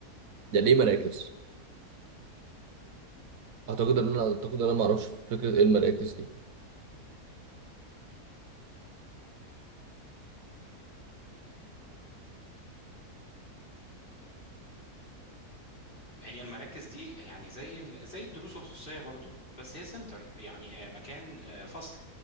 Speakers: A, on the right; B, on the left.
A: يعني ايه مراكز؟ اعتقد ان انا اعتقد ان انا ما اعرفش فكره ايه المراكز دي
B: هي المراكز دي يعني زي ال... زي الدروس الخصوصية برضو بس هي سنتر يعني آه، مكان آه، فصل